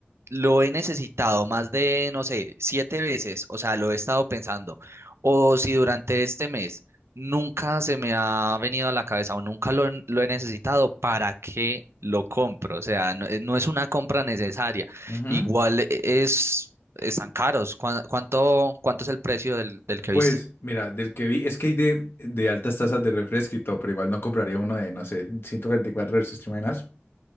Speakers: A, on the right; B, on the left.
A: lo he necesitado más de, no sé, siete veces, o sea, lo he estado pensando, o si durante este mes nunca se me ha venido a la cabeza o nunca lo, he- lo he necesitado, ¿para qué lo compro? O sea, no, eh, no es una compra necesaria.
B: Ujú.
A: Igual eh, es, están caros. ¿Cuán- ¿Cuánto, cuánto es el precio del, del que
B: Pues,
A: viste?
B: mira, del que vi, es que hay de, de altas tasas de refresco y todo, pero igual no compraría uno de, no sé, 144 versus Trimanas.